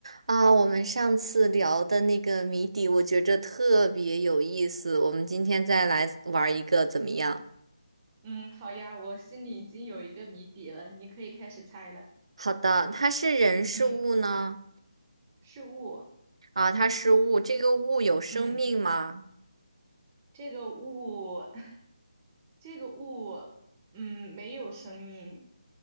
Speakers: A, on the right; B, on the right.
A: 啊，我们上次聊的那个谜底，我觉着特别有意思。我们今天再来玩一个，怎么样？
B: 嗯，好呀，我心里已经有一个谜底了，你可以开始猜了。
A: 好的，它是人是物呢？
B: 嗯，是物。
A: 啊，它是物，这个物有生命吗？
B: 嗯，这个物，<laughs> 这个物，嗯，没有生命，